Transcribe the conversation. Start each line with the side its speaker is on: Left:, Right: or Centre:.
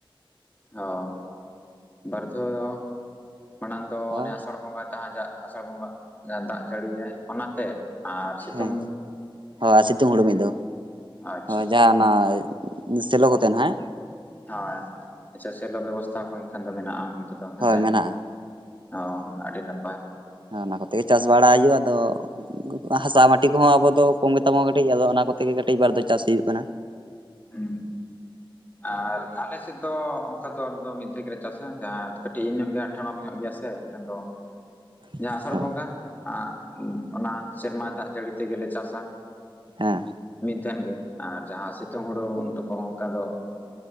Left: ᱚ ᱵᱟᱹᱨ ᱫᱷᱟᱹᱣ ᱢᱟᱲᱟᱝ ᱫᱚ
Right: ᱦᱳᱭ
Left: ᱚᱱᱮ ᱟᱥᱟᱲ ᱵᱚᱸᱜᱟ ᱫᱟᱜ ᱡᱟᱦᱟᱸ ᱟᱥᱟᱲ ᱵᱚᱸᱜᱟ ᱡᱟᱦᱟᱸ ᱫᱟᱜ ᱡᱟᱹᱲᱤᱭᱟᱭ ᱚᱱᱟᱛᱮ ᱟᱨ ᱥᱤᱛᱩᱝ
Right: ᱦᱮᱸ ᱦᱚ ᱥᱤᱛᱩᱝ ᱦᱩᱲᱩ ᱢᱤᱫ ᱫᱚ
Left: ᱟᱪᱪᱷᱟ
Right: ᱦᱚᱭ ᱡᱟᱦᱟ ᱚᱱᱟ ᱥᱮᱞᱚ ᱠᱚ ᱛᱮ ᱱᱟᱦᱟᱸᱜ
Left: ᱦᱳᱭ ᱟᱪᱪᱷᱟ ᱥᱮᱞᱚᱜ ᱵᱮᱵᱚᱥᱛᱷᱟ ᱠᱚ ᱮᱱᱠᱷᱟᱱ ᱫᱚ ᱢᱮᱱᱟᱜᱼᱟ ᱦᱟᱝ᱾ ᱛᱮᱫᱚ ᱦᱮᱸᱥᱮ
Right: ᱦᱳᱭ ᱢᱮᱱᱟᱜᱼᱟ
Left: ᱚ ᱟᱹᱰᱤ ᱱᱟᱯᱟᱭ᱾
Right: ᱦᱮᱸ ᱚᱱᱟ ᱠᱚᱛᱮ ᱜᱮ ᱪᱟᱥ ᱵᱟᱲᱟ ᱦᱩᱭᱩᱜᱼᱟ, ᱟᱫᱚ ᱦᱟᱥᱟ ᱢᱟᱹᱴᱤ ᱠᱚᱦᱚᱸ ᱟᱵᱚ ᱫᱚ ᱠᱚᱢ ᱜᱮᱛᱟᱵᱚᱱᱟ ᱠᱟᱹᱴᱤᱡ ᱟᱫᱚ ᱚᱱᱟ ᱠᱚᱛᱮᱜᱮ ᱠᱟᱹᱴᱤᱡ ᱵᱟᱨ ᱫᱷᱟ. ᱣ ᱪᱟᱥ ᱦᱩᱭᱩᱜ ᱠᱟᱱᱟ᱾
Left: ᱦᱩᱸ ᱟᱨ ᱟᱞᱮ ᱥᱮᱫ ᱫᱚ ᱚᱝᱠᱟ ᱫᱚ ᱟᱞᱮ ᱫᱚ ᱢᱤᱫ ᱫᱷᱟᱹᱣ ᱜᱮᱞᱮ ᱪᱟᱥᱟ ᱡᱟᱦᱟᱸ ᱫᱚ ᱠᱟᱹᱴᱤᱡ ᱧᱚᱜ ᱜᱮᱭᱟ ᱴᱷᱚᱬᱚᱠ ᱧᱚᱜ ᱜᱮᱭᱟ ᱥᱮ ᱮᱱᱠᱷᱟᱱ ᱫᱚ
Right: <inaudible>
Left: ᱡᱟᱦᱟᱸ ᱟᱥᱟᱲ
Right: ᱦᱮᱸ
Left: ᱵᱚᱸᱜᱟ ᱟᱸ ᱚᱱᱟ ᱥᱮᱨᱢᱟ ᱫᱟᱜ ᱡᱟᱹᱲᱤ ᱛᱮᱜᱮᱞᱮ ᱪᱟᱥᱟ᱾
Right: ᱦᱮᱸ
Left: ᱛᱟᱦᱮᱱ ᱜᱮ ᱟᱨ ᱡᱟᱦᱟᱸ ᱥᱮᱛ ᱛᱩᱝ ᱦᱩᱲᱩ ᱩᱱᱛᱚᱠᱚ ᱚᱝᱠᱟ ᱫᱚ